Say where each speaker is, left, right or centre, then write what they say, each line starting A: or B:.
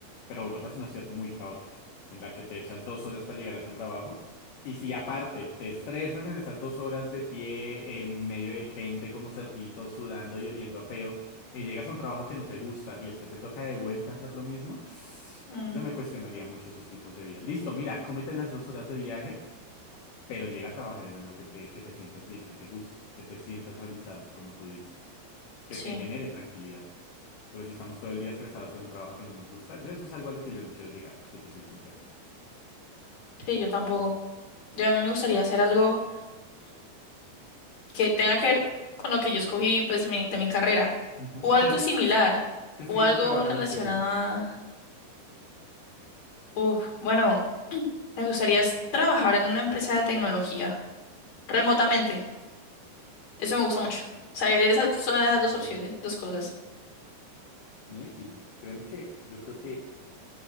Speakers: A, on the left (about 60°); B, on the left (about 40°).
A: pero Bogotá es una ciudad muy caótica, en la que te echas dos horas para llegar a tu trabajo, y si aparte te estresas en esas dos horas de pie, en medio de gente como cerdito, sudando y oliendo a feo, y llegas a un trabajo que no te gusta y después te toca de vuelta hacer lo mismo,
B: Mm,
A: yo me cuestionaría mucho esos tipos de vida. Listo, mira, cómete las dos horas de viaje. Pero llega a trabajar en algo que te, que te sientas bien, que te guste, que te sientas realizado, como tú dices, que
B: sí,
A: te genere tranquilidad. Pero si estamos todo el día estresados en un trabajo que no nos gusta, yo eso es algo a lo que yo no quiero llegar, si te soy sincero.
B: sí, yo tampoco. Yo me gustaría hacer algo que tenga que ver con lo que yo escogí, pues, mi- de mi carrera.
A: Ujú.
B: O algo
A: ¿Qué, es-
B: similar.
A: qué sería
B: O algo
A: tu trabajo
B: relacionado
A: en sueño?
B: a... Uf, bueno, <clears throat> me gustaría es trabajar en una empresa de tecnología. Remotamente. Eso me gusta mucho. O sea, esas son esas
A: Ok.
B: dos opciones, dos cosas.
A: ¿No? Y, y créeme que yo creo que